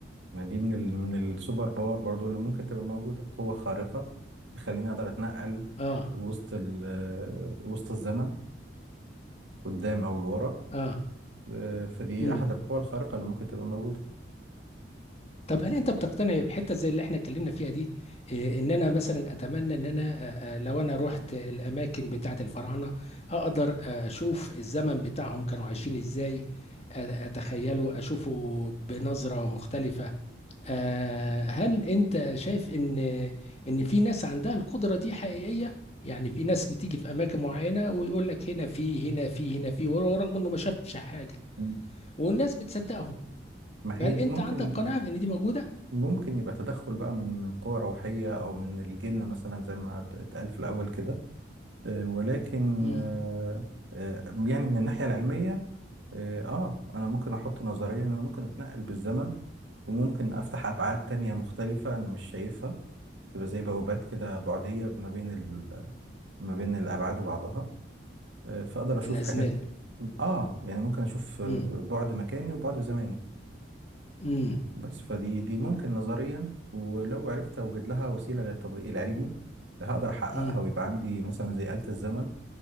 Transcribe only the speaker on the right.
ما دي من ال... من السوبر باور برضو اللي ممكن تبقى موجودة قوة خارقة تخليني اقدر اتنقل
وسط ال... آه، وسط الزمن قدام او لورا
آه، فدي
احد القوى الخارقة اللي ممكن تبقى موجودة
مم.
ما
هي دي
ممكن
ممكن يبقى تدخل بقى من قوى روحية أو من الجن مثلا زي ما ات- اتقال في الأول كده آه، ولكن
آه، آه، يعني من الناحية العلمية آه آه، أنا ممكن أحط نظرية إن أنا ممكن أتنقل بالزمن وممكن أفتح أبعاد تانية مختلفة أنا مش شايفها تبقى زي بوابات كده بعدية ما بين ال... ما بين الأبعاد وبعضها آه، فأقدر أشوف
حاجات آه يعني ممكن أشوف آه،
بعد مكاني وبعد زماني
بس فدي دي ممكن نظريا ولو عرفت اوجد لها وسيله للتطبيق العلمي هقدر احققها
ويبقى عندي مثلا زي آلة الزمن